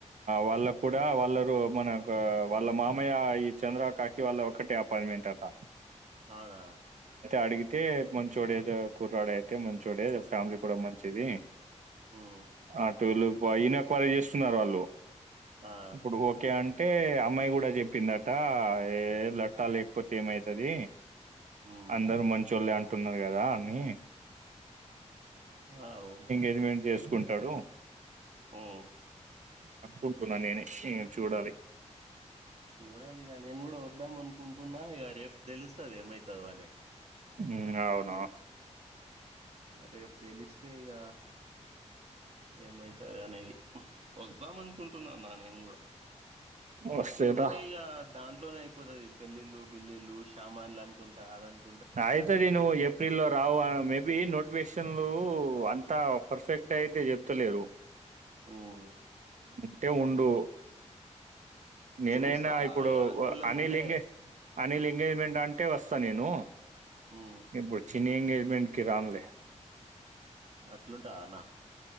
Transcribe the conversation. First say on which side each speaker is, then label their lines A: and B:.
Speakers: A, on the right; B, on the right.
A: వాళ్ళ కూడా వాళ్ళరు మనకు వాళ్ళ మామయ్య ఈ చంద్ర కాకి వాళ్ళ ఒక్కటే అపార్ట్మెంట్ అట
B: అవునా
A: అడిగితే అయితే మంచోడే కూర్రాడ అయితే మంచోడే ఫ్యామిలీ కూడా మంచిది.
B: ఉమ్
A: అటుళ్ళు అయినకు కాల్ చేస్తున్నారు వాళ్ళు
B: ఆ
A: ఇప్పుడు ఓకే అంటే అమ్మాయి కూడా చెప్పిందంట లట్టా లేకపోతే ఏమైతది
B: ఉమ్
A: అందరు మంచోళ్ళే అంటున్నారు కదా అని
B: అవు
A: ఎజ్మెంట్ చేసుకుంటాడు
B: ఉమ్
A: అనుకుంటున్న నేనే ఎం చూడాలి
B: చూడాలి ఇక నేను కూడా వద్దాం అనుకుంటున్నా ఇగా రేపు తెలుస్తది ఏమైతుందో అని
A: హు అవున
B: రేపు తెలిస్తే ఇగ ఏమైతది అనేది వద్దాం అనుకుంటున్నాన్నానేం కూడా
A: వస్తేరా
B: ఇటుంటే ఇగ దాంట్లోనే అయిపోతది పెళ్ళిళ్ళలు బిల్లిళ్ళలు షమాన్లు అనుకుంటా అ దానికి
A: ఆయితది నువు ఏప్రిల్ లో రావు మే ఈ నోటిఫేషన్లు అంత పర్ఫెక్ట్ అయితే చెప్తలేరు
B: హ్మ్
A: ఉంటే ఉండు నేనైనా
B: చూస్తా
A: ఇప్పుడు
B: ఇగ అనుకూలంగా
A: అని
B: ఉంటే
A: లింగేష్ అనిల్ ఎంగేజ్మెంట్ అంటే వస్తా నేను
B: హ్మ్
A: ఇప్పు నీ ఎంగేజమెంట్కి రానులే
B: అట్లుంటదా అన్న